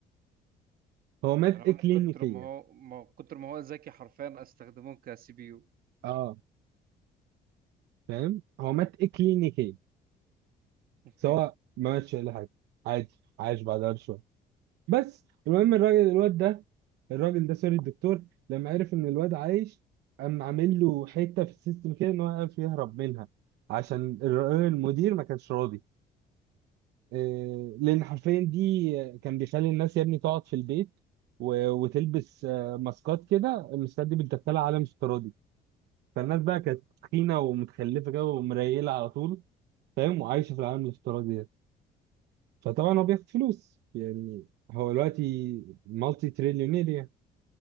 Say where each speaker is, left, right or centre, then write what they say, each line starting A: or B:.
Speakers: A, on the right; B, on the right.
A: هو مات
B: يعني هو
A: اكلينيكيا
B: من كتر ما هو ما كتر ما هو ذكي حرفيا استخدموه كسي بي يو
A: اه فاهم هو مات اكلينيكيا
B: اوكي
A: سواء ما ماتش ولا حاجه عادي عايش بعدها بشويه بس المهم الراجل الواد ده الراجل ده سوري الدكتور لما عرف ان الواد عايش قام عامل له حته في السيستم كده ان هو يعرف يهرب منها عشان الر- المدير ما كانش راضي إيه، لان حرفيا دي كان بيخلي الناس يا ابني تقعد في البيت و- وتلبس آه، ماسكات كده الماسكات دي بتدخلها عالم افتراضي فالناس بقى كانت تخينه ومتخلفه كده ومريله على طول فاهم وعايشه في العالم الافتراضي ده فطبعا هو بياخد فلوس يعني هو دلوقتي مالتي تريليونير يعني